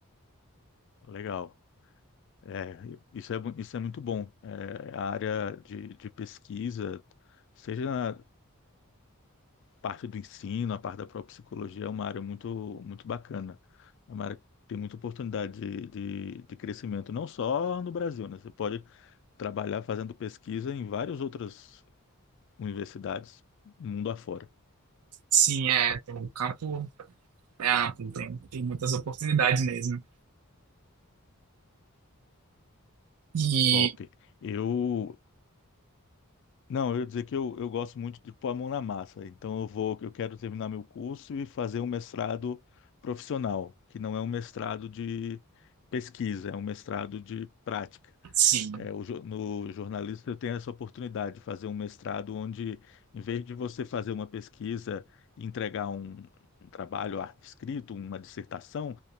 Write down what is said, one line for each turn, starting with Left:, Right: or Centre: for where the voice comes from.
Left: Legal. É, isso é, mu- isso é muito bom. É, a área de, de pesquisa, seja parte do ensino, a parte da própria psicologia é uma área muito, muito bacana. É uma área que tem muita oportunidade de, de, de crescimento, não só no Brasil, né? Você pode trabalhar fazendo pesquisa em várias outras universidades, mundo afora.
Right: Sim, é, o campo é amplo, tem, tem muitas oportunidades mesmo. E,
Left: Top. Eu. Não, eu ia dizer que eu, eu gosto muito de pôr a mão na massa. Então eu vou, eu quero terminar meu curso e fazer um mestrado profissional, que não é um mestrado de pesquisa, é um mestrado de prática.
Right: sim,
Left: É, o jo- no jornalista eu tenho essa oportunidade de fazer um mestrado onde, em vez de você fazer uma pesquisa e entregar um, um trabalho a- escrito, uma dissertação,